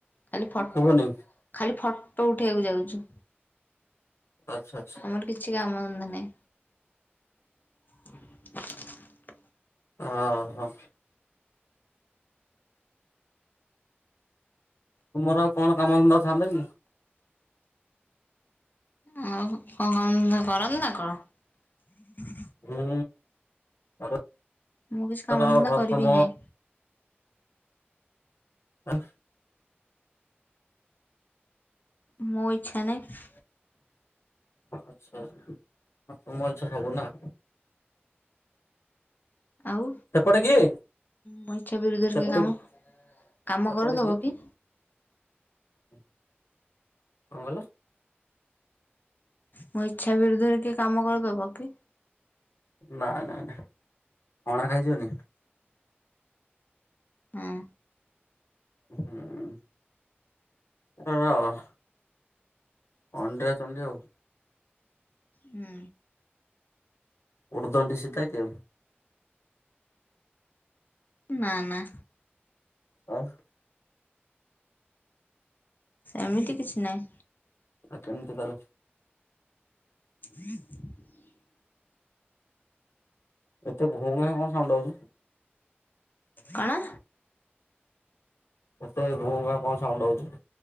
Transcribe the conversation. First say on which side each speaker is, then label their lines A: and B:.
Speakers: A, on the left; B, on the left.
A: ଖାଲି ଫଟୋ
B: ଶୁଭୁନି
A: ଖାଲି ଫ ଫୋଟ ଉଠେଇବାକୁ ଯାଉଛୁ।
B: ଆଚ୍ଛା ଆଚ୍ଛା
A: ଆମର କିଛି କାମଧନ୍ଦା ନାହିଁ। <inaudible>
B: ହଁ ହ ତୁମର ଆଉ କଣ କାମଧନ୍ଦା ଥାନ୍ତା କି?
A: ଆଉ କଣ କାମଧନ୍ଦା କରନ୍ତି ନା କଣ
B: ହୁଁ ପରିବାର
A: ମୁଁ କିଛି କାମଧନ୍ଦା
B: ଆଉ ଘର
A: କରିବି
B: କାମ
A: ହିଁ ନାଇଁ।
B: <unintelligible>
A: ମୋ ଇଚ୍ଛା ନାହିଁ।
B: ଆଛା ତମ ଇଛା ସବୁ ନା।
A: ଆଉ
B: ସେପଟେ କିଏ
A: ମୋ ଇଚ୍ଛା ବିରୁଦ୍ଧରେ
B: ସେପଟେ
A: କି କାମ
B: କିଏ
A: କାମ
B: ସେପଟେ
A: କରିଦବ
B: କିଏ
A: କି
B: କଣ କହିଲ
A: ମୋ ଇଚ୍ଛା ବିରୁଦ୍ଧରେ କିଏ କାମ କରିଦବ କି?
B: ନାଇଁ ନାଇଁ ନାଇଁ ହଣା ଖାଇଯିବନି।
A: ହଁ
B: ହୁଁ ଅଣ୍ଡିରା ଚଣ୍ଡୀ ଆଉ।
A: ହୁଁ
B: ଉର୍ଦଣ୍ଡି ସୀତା କି ଆଉ
A: ନା ନା
B: ଆଉ
A: ଏମିତି କିଛି ନାହିଁ।
B: ଆଉ କେମିତି ତାହେଲେ
A: <inaudible>
B: ଏତେ ଘୁଁ ଘାଁ କଣ ସାଉଣ୍ଡ ଆଉଚି?
A: କଣ?
B: ଏତେ ଘୁଁ ଘାଁ କଣ ସାଉଣ୍ଡ ଆଉଛି।